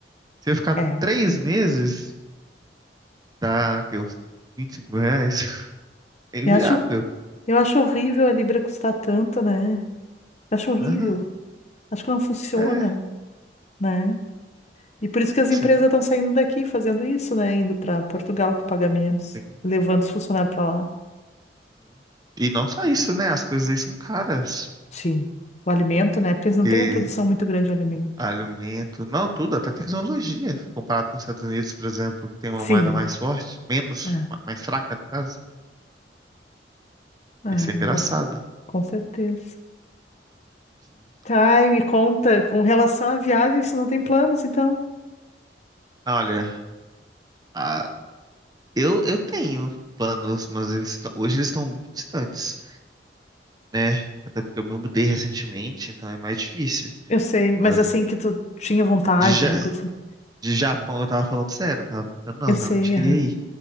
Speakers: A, on the right; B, on the left.
A: Se eu ficar
B: É, é.
A: 3 meses, dá o quê? Uns 25 mil reais. <laughs> É inviável.
B: Eu acho, eu acho horrível a libra custar tanto, né? Eu acho horrível.
A: Aham,
B: Acho que não funciona,
A: É,
B: né? E por isso que as
A: sim,
B: empresas estão saindo daqui fazendo isso, né? Indo para Portugal que paga menos,
A: sim,
B: levando os funcionários para lá.
A: sim. E não só isso, né? As coisas aí são caras.
B: Sim. O alimento, né? Porque eles não
A: Porque
B: têm uma produção muito grande de alimento.
A: alimento, não tudo, até tecnologia, comparado com os Estados Unidos, por exemplo, que tem uma
B: Sim,
A: moeda mais forte, menos,
B: é,
A: ma- mais fraca, no caso.
B: é,
A: Isso é engraçado.
B: com, com certeza.
A: Sim.
B: Tá, e me conta, com relação à viagem, você não tem planos, então?
A: Olha, ah, eu, eu tenho planos, mas eles estão, hoje eles estão muito distantes, né? Até porque eu me mudei recentemente, então é mais difícil.
B: Eu sei, mas
A: Mas
B: assim que tu tinha vontade,
A: de, Ja-
B: alguma coisa assim.
A: de Japão eu tava falando sério, não tava brincando, não,
B: Eu
A: eu
B: sei,
A: realmente queria
B: aham,
A: ir.